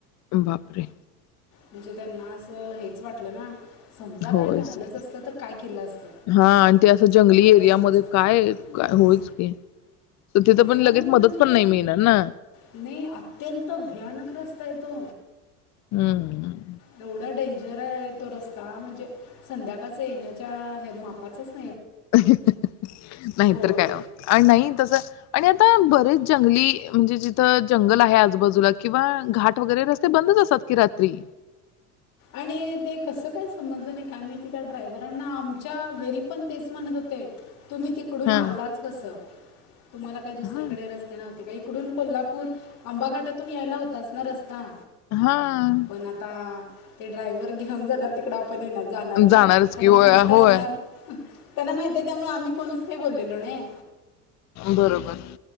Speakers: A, on the left (about 40°); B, on the left (about 70°).
A: बापरे!
B: म्हणजे त्यांना असं हेच वाटलं ना. समजा
A: होयच
B: काय झालंच
A: की.
B: असतं तर काय केलं असत?
A: हां आणि ते असं जंगली
B: एवढ्या
A: एरियामध्ये
B: लोकांचं?
A: काय काय
B: हा
A: होयच की. तर तिथं
B: भयानक
A: पण लगेच
B: म्हणजे,
A: मदत पण नाही मिळणार ना.
B: नाही अत्यंत भयानक रस् तेतो
A: हं.
B: येवढा डेंजर जरा तो रस्ता! म्हणजे संध्याकाळच येण्याच्या हे मापाचच
A: नाहीतर
B: होय
A: काय ओ! आणि नाही तस आणि आता बरेच जंगली म्हणजे जिथं जंगल आहे! आजूबाजूला किंवा घाट वगैरे रस्ते बंदच असतात की रात्री!
B: आणि ते कसं काय समजलं नाही? काय माहिती? त्या ड्रायव्हरांना आमच्या घरी पण तेच म्हणत होते! तुम्ही तिकडून
A: हां.
B: आलाच कसं? तुम्हाला काही दुसरीकडे
A: हां,
B: रस्ते नव्हते काही? इकडून कोल्हापूर आंबाघाटातून यायला होताच ना रस्ता!
A: हां.
B: पण आता? ते ड्रायव्हर घेऊन जाणार तिकड पण ये ना जाणार
A: जाणारच
B: ना त्यांना
A: की होय,
B: माहित असणार
A: होय.
B: त्यांना माहित आहे त्यामुळे आम्ही कोणच का बोललेलो नाही.
A: बरोबर.